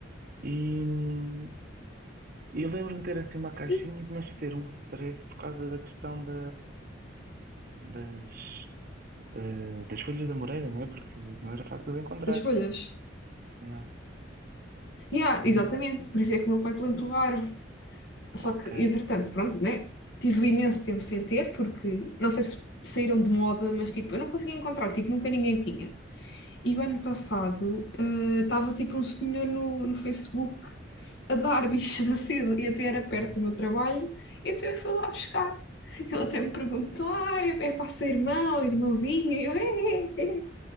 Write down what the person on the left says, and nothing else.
e
das folhas.
Yeah,
exatamente, por isso é que o meu pai plantou a árvore. Só
que, entretanto, pronto, né? Tive imenso tempo sem ter, porque não sei se saíram de moda, mas tipo, eu não conseguia encontrar, tipo, nunca ninguém tinha. E o ano passado eh, estava tipo um senhor no, no Facebook a dar <laughs> bichos da seda e até era
perto do meu trabalho, então eu fui lá buscar. Ele até me perguntou: ah, é para o seu irmão, irmãozinho? E eu, é, é, é,